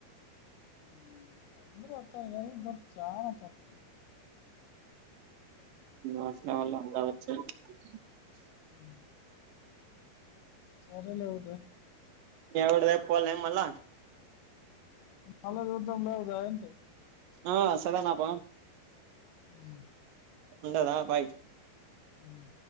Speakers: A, on the left; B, on the right.
A: హ అందరు అట్ల అని కాదు బట్ చానా తప్పు
B: అస్లల్ల్లో అందా వచ్చ <unintelligible>
A: ఉమ్ సరే లే అయితే
B: ఎవడదే పోల్లే మల్ళ
A: మళ్ళ చూద్దాంలే జాయింటే
B: ఆ సరేనప్ప
A: హ్మ్
B: ఉండదా బాయ్
A: హ్మ్